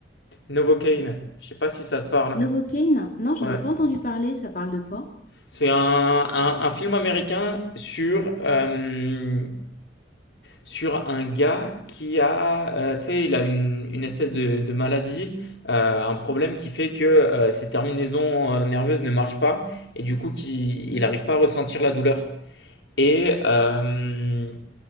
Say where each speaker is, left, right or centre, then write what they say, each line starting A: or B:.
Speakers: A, on the left (about 80°); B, on the left (about 45°).
A: Novocaine. Je sais pas si ça te parle.
B: Novocaine? Non, j'en
A: Ouais.
B: ai pas entendu parler. Ça parle de quoi?
A: C'est un, un- un film américain sur, euh, sur un gars qui a, euh, tu sais, il a une, une espèce de, de maladie, euh, un problème qui fait que euh, ses terminaisons euh, nerveuses ne marchent pas et du coup, qui, il n'arrive pas à ressentir la douleur. Et euh,